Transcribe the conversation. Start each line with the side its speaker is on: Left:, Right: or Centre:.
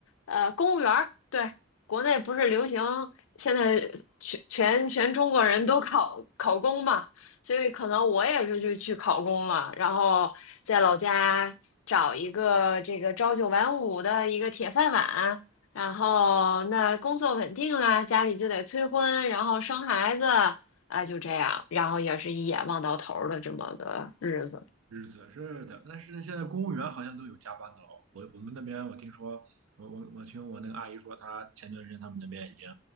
Left: 呃公务员儿，对，国内不是流行现在全全全中国人都考考公嘛，所以可能我也是就去考公了，然后在老家找一个这个朝九晚五的一个铁饭碗。然后那工作稳定了，家里就得催婚，然后生孩子，啊、就这样，然后也是一眼望到头儿的这么个日子
Right: 日子是的，但是现在公务员好像都有加班的了。我我们那边我听说，我我我听我那个阿姨说，她前段时间他们那边已经